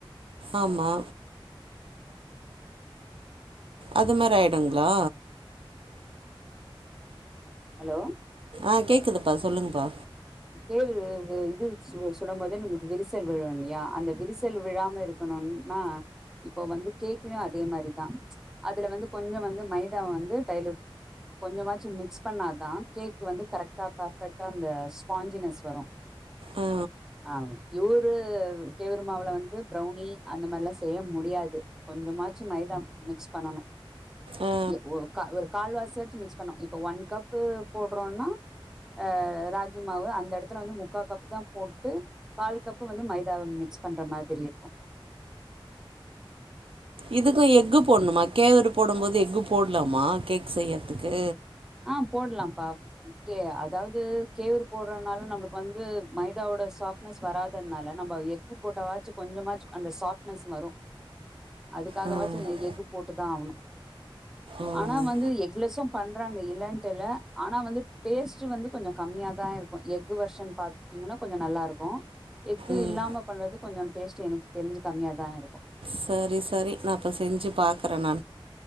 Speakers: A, on the right; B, in the centre.
A: ஆமா அது மாதிரி ஆய்டுங்களா
B: ஹலோ
A: ஆ கேக்குதுப்பா சொல்லுங்கப்பா
B: தே இது சுல் சுடு போத நம்மளுக்கு விரிசல் விழு இல்லையா அந்த விரிசல் விழாம இருக் க்கணம்னா இப்போ வந்து கேக்குமே அதே மாரிதா அதுல வந்து கொஞ்ச வந்து மைதாவ வந்து டைலூட் கொஞ்சமாச்சு மிக்ஸ் பண்ணாதா கேக் வந்து கரெக்டா பபெக்ட் அந்த ஸ்பாஞ்சினஸ் வரு
A: ஆ
B: ஆ ப்யூரு கேவரு மாவுல வந்து ப்ரௌனி அந்த மாரிலா செய்ய முடியாது கொஞ்ச மாச்சு மைதா மிக்ஸ் பண்ணணு
A: ஆ
B: எ ஒ க ஒரு கால்வாசியாச்சு மிக்ஸ் பண்ணோ இப்ப ஒன் கப்பு போடுறோனா அ ராகி மாவு அந்த எடத்துல வந்து முக்கா கப்பு தா போட்டு கால் கப்பு வந்து மைதாவ மிக்ஸ் பண் ற மாதிரி இருக்கு
A: இதுக்கு எக்கு போடணுமா கேவரு போடும் போது எக்கு போடலாமா கேக் செய்யறதுக்கு
B: ஆ போடலாம்ப்பா கே அதாவது கேவுரு போடுறனால நம்மளுக்கு வந்து மைதாவோட சாப் னஸ் வராததுனால நம்ம எக்கு போட்டாவாச்சு கொஞ்சமாச்சு அந்த சாஃப்ட்னஸ் வரு அதுக்காகவாச்ச
A: ஓ
B: எஃகு போட்டுதா ஆகணு
A: ம்
B: ஆனா வந்து எகுலஸு பண்ண ர அங்க இல்லண்ட்டு இல்ல ஆனா வந்து டேஸ்ட் வந்து கொஞ்ச கம்மியாதா இருக்கு எகு வெர்ஷன் பாத்தீங்கன்னா கொஞ்ச நல்லாருக்கு எக்கு
A: ம்
B: இல்லாம பண்றது கொஞ்ச டேஸ்ட்டு எனக்கு தெரிஞ்சு கொஞ்ச கம்மியாதா இருக்கு
A: சரி சரி நா இப்போ செஞ்சு பாக்கறே நா